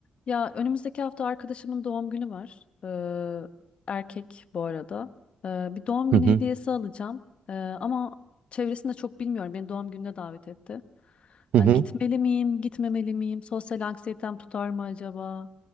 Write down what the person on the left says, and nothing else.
Ya önümüzdeki hafta arkadaşımın doğum günü var. Ee, erkek bu arada. Ee, bir doğum günü
hediyesi alacağım. Ee, ama çevresinde çok bilmiyorum. Beni doğum gününe davet etti.
Hani
gitmeli miyim, gitmemeli miyim? Sosyal anksiyetem tutar mı acaba?